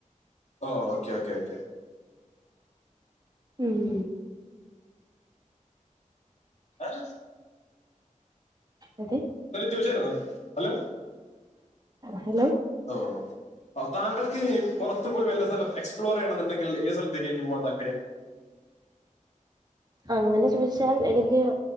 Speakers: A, on the left; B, on the right.
A: ഓഹോ ഓക്കെ ഓക്കെ ഓക്കെ
B: ഉം
A: ആൽ
B: അത്
A: എന്തേലും ചോദിച്ചായിരുന്നോ ഹലോ
B: ഹലോ
A: ഹോ താങ്കൾക്ക് പുറത്ത് പോയി വല്ല സ്ഥലം എക്സ്പ്ളോർ ചെയ്യണന്നുണ്ടങ്കിൽ ഏ സ്ഥലത്തേക്കു പോകാൻ താല്പര്യം
B: അങ്ങനെ ചോദിച്ചാൽ എനിക്ക്